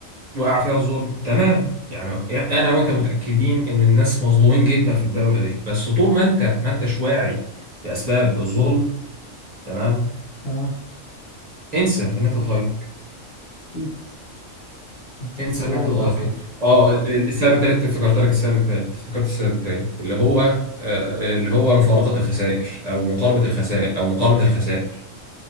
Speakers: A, on the right; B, on the left.
A: وقع فيها الظلم تمام يعني يعني انا وانت متاكدين ان الناس مظلومين جدا في الدوله دي بس طول ما انت ما انتش واعي باسباب الظلم تمام
B: تمام
A: انسى ان انت تتغير
B: اكيد انت
A: انسى
B: مش
A: ان
B: واعي
A: انت تتغير
B: اصلا
A: اه ال- ال- السبب الثالث افتكرت لك السبب الثالث افتكرت السبب الثالث اللي هو آه، اللي هو مفارقه الخسائر او مقاربه الخسائر او مقارنه الخسائر